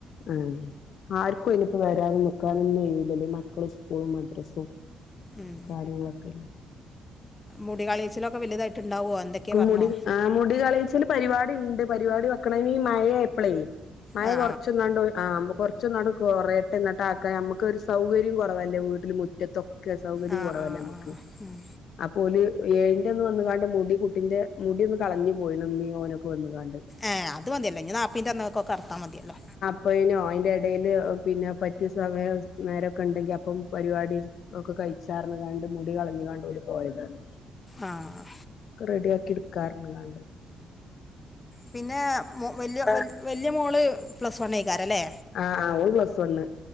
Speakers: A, on the left; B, on the left.
A: ആ ആ ആര് പ്പോയ്നിപ്പോ വരാനും നിക്കാനൊന്നും ഒയിവ് ഇല്ല്യല്ലോ ഈ മക്കള് സ്കൂളും മദ്രസും
B: ഉം.
A: കാര്യങ്ങളൊക്കല്ലെ
B: മുടികളേച്ചിലൊക്കെ വലുതായിട്ട്ണ്ടാവോ? എന്തൊക്ക്യാ പറഞ്ഞോ?
A: മുടി ആ മുടി കളേച്ചൽ പരിപാടിയുണ്ട് പരിപാടി വെക്കണം അയിന് ഈ മഴായപ്പളേയ് മഴ
B: ആ ആ
A: കൊറച്ച്ന്നാണ്ട് ആഹ് അമ്മക്കൊറ കൊറച്ചൊന്നാട്ട് കൊറയട്ടെന്നെട്ടാക്കാന് നമ്മക്ക് സൗകര്യും കൊറവല്ലേ വീട്ടില് മുറ്റത്തൊയൊക്കെ സൗകര്യും
B: ആ
A: കൊറവല്ലേ
B: ആ
A: നമ്മക്ക്
B: ആ ഉം.
A: അപ്പോൾ ഏഴന്റന്ന് വന്ന്ങ്ങാണ്ട് മുടി കുട്ടിന്റെ മുടി ഒന്ന് കളഞ്ഞ് പോയിണ് ഇമ്മീം ഓനൊക്കെ വന്ന്ങ്ങാണ്ട്.
B: ഏഹ് അത് മതിയാല്ലോ ഇഞ്ഞി നാപ്പത്തിന്റെന്നൊക്കറാത്താ മതീയാല്ലോ.
A: പ്പോയ്നോ അയിന്റെ എടേല് പിന്നെ പറ്റിയ സമയം നേരൊക്കെണ്ടെങ്കിൽ അപ്പം പരിവാടി ഒക്കെ കഴിച്ചാറ്ഞ്ഞ്ങ്ങാണ്ട് മുടി കളഞ്ഞുങ്ങാണ്ട് ഓല് പോയതാണ്.
B: ആ..
A: ഒക്കെ റെഡിയാക്കി എടുക്കാറുങ്ങ്ണ്ട്.
B: പിന്നെ മോ വല്ല്യ വല്ല്യ മോള് പ്ലസ് ഓൺലേക്ക് അല്ലെ
A: ആ ആ ഓൾ പ്ലസ് വണ്ണ്.